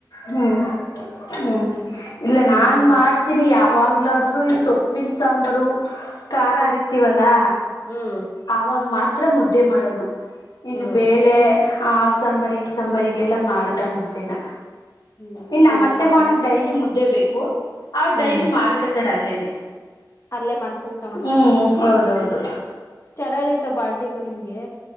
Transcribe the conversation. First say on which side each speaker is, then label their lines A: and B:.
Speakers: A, on the left; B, on the left.
A: ಹ್ಮ್ ಹ್ಮ್ ಇಲ್ಲ
B: ದಿನಾ
A: ನಾನ್
B: ಮುದ್ದೆ
A: ಮಾಡ್ ತಿನಿ ಯಾವಾಗ್ಲಾದ್ರೂ ಈ ಸೊಪ್ಪಿನ ಸಾಂಬಾರು ಖಾರ ಹರಿತಿವಲ್ಲಾ.
B: ಹ್ಮ್
A: ಅವಾಗ ಮಾತ್ರ ಮುದ್ದೆ ಮಾಡೋದು ಇನ್ನು
B: ಹ್ಮ್
A: ಬೇಳೆ ಆ ಸಾಂಬರಿ ಸಾಂಬರಿಗೆಲ್ಲ ಮಾಡಲ್ಲ ಮುದ್ದೆನ.
B: ಹ್ಮ್
A: ಇನ್ನ
B: ತಿನ್ನಕ್
A: ನಮತ್ತೆ
B: ಆಗಲ್ಲ
A: ಮಾವನಿಗ್ ಡೈಲಿ ಮುದ್ದೆ ಬೇಕು ಅವ್ರ
B: ಹ್ಮ್
A: ಡೈಲಿ ಮಾಡ್ಕತಾರ ಅಲ್ಲೇನೆ.
B: ಅಲ್ಲೇ ಮಾಡ್ಕೊ ಊಟ ಮಾಡ್ಕತಾರೆ
A: ಹ್ಮ್ ಹೌದೌದು
B: ಚೆನ್ನಾಗೈತ ಬಾಡಂಗೂ ನಿಮ್ಗೆ.